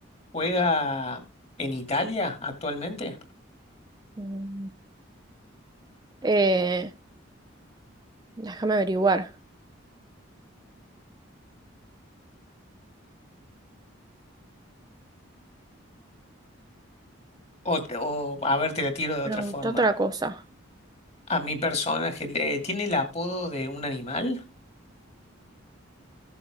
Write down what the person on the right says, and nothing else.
Mm, eh, déjame averiguar.
Pregunta
otra cosa.